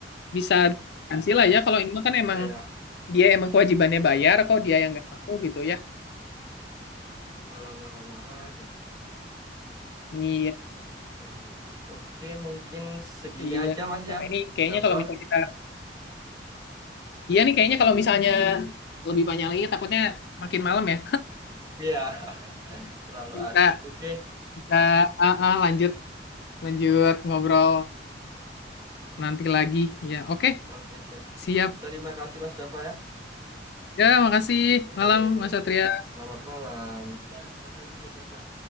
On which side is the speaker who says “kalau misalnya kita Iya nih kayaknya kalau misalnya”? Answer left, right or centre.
Left